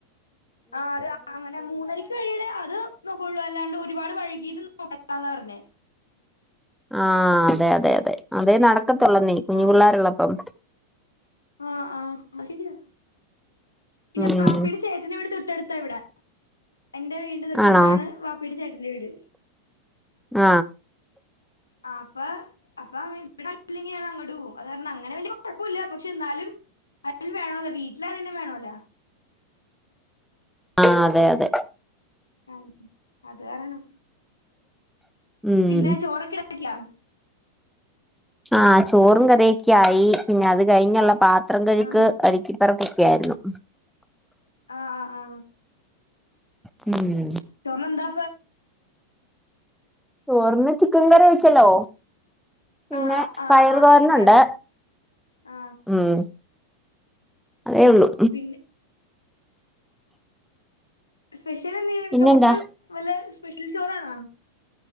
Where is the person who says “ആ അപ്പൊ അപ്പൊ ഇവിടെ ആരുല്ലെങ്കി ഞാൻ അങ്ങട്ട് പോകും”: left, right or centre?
Left